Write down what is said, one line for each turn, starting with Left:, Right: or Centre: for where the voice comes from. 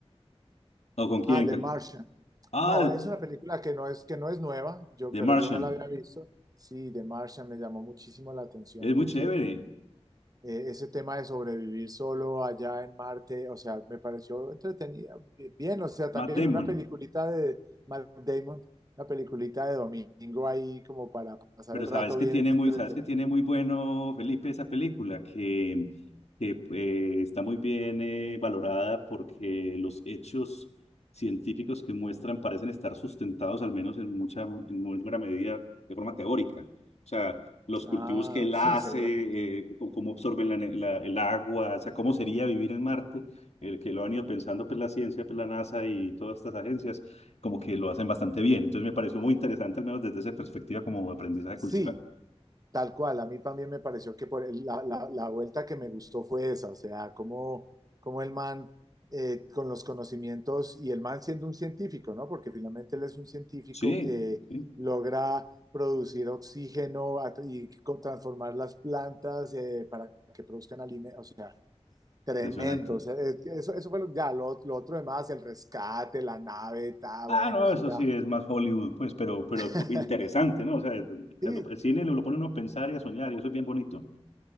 Left: ¿O con quién?
Right: ah, The
Left: que-
Right: Martian.
Left: Ah,
Right: No, es una película que no es, que no es nueva, yo,
Left: The
Right: pero
Left: Martian,
Right: yo no la había visto. Sí, The Martian me llamó muchísimo la atención
Left: es
Right: porque
Left: muy chévere,
Right: eh, ese tema de sobrevivir solo allá en Marte, o sea, me pareció entretenida, bi- bien, o sea, también
Left: Matt Damon.
Right: una peliculita de Matt Damon, una peliculita de domingo ahí como para pasar
Left: Pero
Right: el rato
Left: sabes que
Right: bien
Left: tiene
Right: entretenido.
Left: muy, sabes que tiene muy bueno, Felipe, esa película, que, que eh, está muy bien eh, valorada porque los hechos científicos que muestran parecen estar sustentados, al menos en mucha, en muy buena medida, de forma teórica. O sea, los
Right: Ah,
Left: cultivos que él hace,
Right: sí, seguramente.
Left: eh, o cómo absorben la ne- la- el agua, o sea, cómo sería vivir en Marte, el que lo han ido pensando, pues la ciencia, pues la NASA y todas estas agencias como que lo hacen bastante bien. Entonces me pareció muy interesante, al menos desde esa perspectiva como aprendizaje
Right: Sí,
Left: cultural.
Right: Tal cual, a mí también me pareció que por el- la, la- la vuelta que me gustó fue esa, o sea, como, como el man eh, con los conocimientos y el man siendo un científico, ¿no? Porque finalmente él es un científico,
Left: Sí,
Right: eh,
Left: sí,
Right: logra producir oxígeno a- y co- transformar las plantas eh, para que produzcan alimentos, o sea, tremendo,
Left: impresionante.
Right: o sea, es- eso, eso fue lo, ya, lo, lo otro demás, el rescate, la nave, ta,
Left: Ah,
Right: bueno,
Left: no,
Right: eso
Left: eso
Right: ya.
Left: sí es más Hollywood, pues, pero, pero
Right: <laughs>
Left: interesante, ¿no? O sea, claro,
Right: Sí,
Left: el cine lo, lo pone uno a pensar y a soñar y eso es bien bonito.